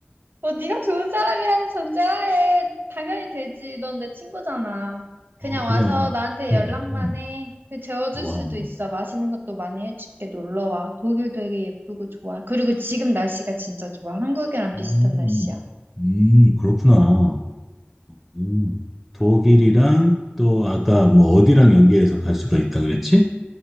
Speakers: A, on the right; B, in the centre.
A: 뭐 네가 좋은 사람이라는 전제하에 당연히 되지. 넌 내 친구잖아. 그냥
B: 어, 그럼.
A: 와서 나한테
B: 음,
A: 연락만
B: 음.
A: 해. 그 재워줄
B: 우와.
A: 수도 있어. 맛있는 것도 많이 해줄게. 놀러 와. 독일 되게 예쁘고 좋아. 그리고 지금 날씨가 진짜 좋아. 한국이랑 비슷한
B: 음,
A: 날씨야.
B: 음, 그렇구나. 음, 독일이랑 또 아까 뭐 어디랑 연계해서 갈 수가 있다 그랬지?